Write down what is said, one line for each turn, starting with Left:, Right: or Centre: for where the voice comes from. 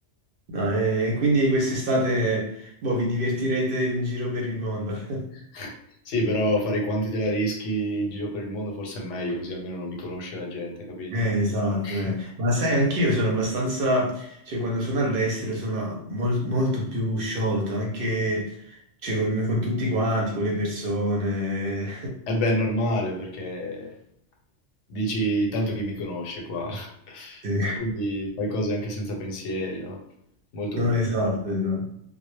Right: No, e quindi quest'estate, boh, vi divertirete in giro per il mondo. <laughs>
Left: <laughs> Sì, però fare i quanti te la rischi in giro per il mondo forse è meglio, così almeno non mi conosce la gente, capito?
Right: Eh, esatto,
Left: <laughs>
Right: eh. Ma sai, anch'io sono abbastanza, cioè quando sono all'estero sono mol- molto più sciolto, anche cioè, con, con tutti quanti, con le persone.
Left: E beh, è normale perché dici tanto chi mi conosce qua. <laughs>
Right: <laughs> Sì.
Left: Quindi fai cose anche senza pensieri, no? Molto
Right: No,
Left: più
Right: esatto,
Left: bello.
Right: esatto.